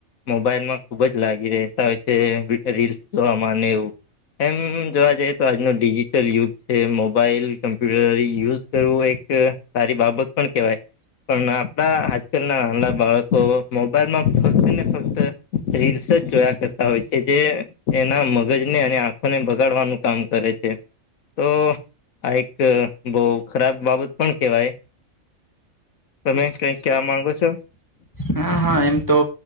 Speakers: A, on the left; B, on the left.
A: મોબાઈલમાં ખુબ જ લાગી રહેતા હોય છે. રીસ, જોવા એવું એમ જોવા જઈ તો આજનો ડિજિટલ યુગ છે મોબાઈલ કમ્પ્યુટર યુઝ કરવો એક સારી બાબત પણ કેવાય પણ આપણા આજકાલના નાના બાળકો મોબાઈલમાં ફક્ત ને ફક્ત રીલ્સ જ જોયા કરતા હોય છે, જે એના મગજને અને આંખોને બગાડવાનું કામ કરે છે. તો આ એક બહુ ખરાબ બાબત પણ કેહેવાય તમે કઈક કહેવા માંગો છો.
B: હા હા એમ તો